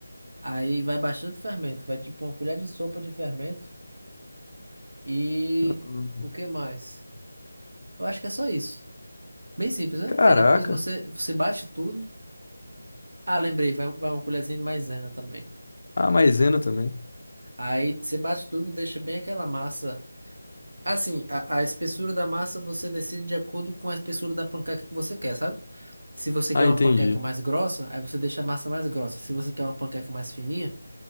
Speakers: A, on the right; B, on the left.
A: Aí vai bastante fermento, vai tipo uma colher de sopa de fermento e
B: Hum.
A: o que mais? Eu acho que é só isso. Bem simples, né?
B: Caraca.
A: Aí depois você você bate tudo. Ah, lembrei, vai, vai uma colherzinha de maisena também.
B: A maisena também.
A: Aí você bate tudo, deixa bem aquela massa. Assim, a, a espessura da massa você decide de acordo com a espessura da panqueca que você quer, sabe? Se você
B: Ah,
A: quer uma
B: entendi.
A: panqueca mais grossa, aí você deixa a massa mais grossa. Se você quer uma panqueca mais fininha,